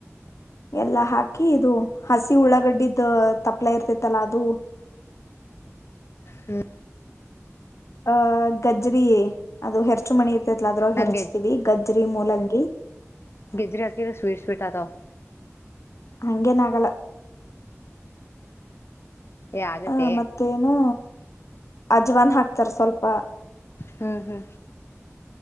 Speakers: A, on the left; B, on the left.
A: ಎಲ್ಲಾ ಹಾಕಿ ಇದು ಹಸಿ ಉಳ್ಳಾಗಡ್ಡಿದ್ ತಪ್ಲೆ ಇರ್ತೇತ್ತಲ್ಲಾ ಅದು. <inaudible>
B: ಹ್ಮ.
A: ಅಹ ಗಜ್ರಿ ಅದು ಹೆರ್ಚು ಮಣಿ ಇರ್ತಲ್ಲ ಅದ್ರಾಗ್
B: ನಂಗ್
A: ಹೆರ್ಚ್ತೀವಿ ಗಜ್ಜರಿ ಮೂಲಂಗಿ.
B: ಗಿಜರಿ ಹಾಕಿ ಸ್ವೀಟ್ ಸ್ವೀಟ್ ಆತವ್.
A: ಹಂಗೆ ನಗಲ್ಲ.
B: ಏ ಆಗತ್ತೆ
A: ಹ ಮತ್ತೇನು ಅಜ್ವಾನ್ ಹಾಕ್ತಾರ ಸ್ವಲ್ಪ
B: ಹ್ಮ್ ಹಾ